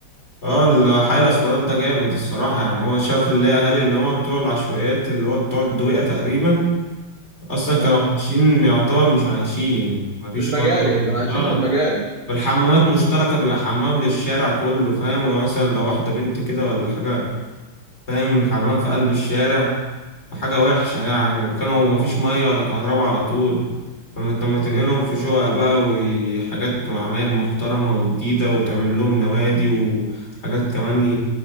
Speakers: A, on the left; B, on the right.
A: اه الحي الأسمرات ده جامد الصراحة يعني هو شاف اللي هي أهالي اللي هما بتوع العشوائيات اللي هو بتوع الدويقة تقريبا أصلا كانوا
B: اه
A: عايشين يعتبر مش عايشين مفيش
B: في المجاري
A: فرق
B: كانوا عايشين
A: اه
B: في المجاري
A: والحمامات مشتركة بيبقى حمام للشارع كله فاهم ومثلا لو واحدة بنت كده ولا حاجة فاهم الحمام في قلب الشارع فحاجة وحشة يعني وكانوا مفيش مية ولا كهرباء على طول فما انت لما تنقلهم في شقق بقى وحاجات وعماير محترمة وجديدة وتعمل لهم نوادي وحاجات كمان ي...